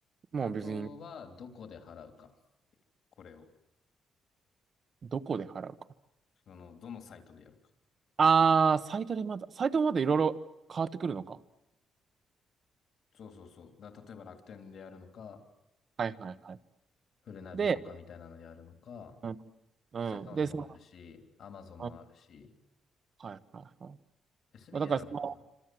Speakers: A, on the right; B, on the left.
A: もう別に、
B: あとは、どこで払うか。これを。
A: どこで払うか。
B: その、どのサイトでやるか。
A: ああ、サイトでまだ、サイトもまだいろいろ変わってくるのか。
B: そうそうそう。だ例えば楽天でやるのか、
A: はいはいはい。
B: フルナビとかみたいなのでやるのか、
A: で、うん、
B: セゾンもあるし、
A: うん。で、その、
B: アマゾンもあるし、
A: うんはいはいはい。
B: SBI
A: まあだからそ
B: あんのかな